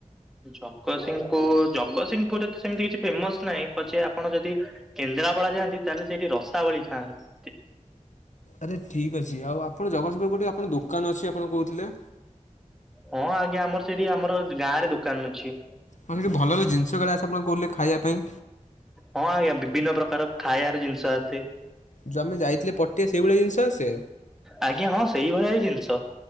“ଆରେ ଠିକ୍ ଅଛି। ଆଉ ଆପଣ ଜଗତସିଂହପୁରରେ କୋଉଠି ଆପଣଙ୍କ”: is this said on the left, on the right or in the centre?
Left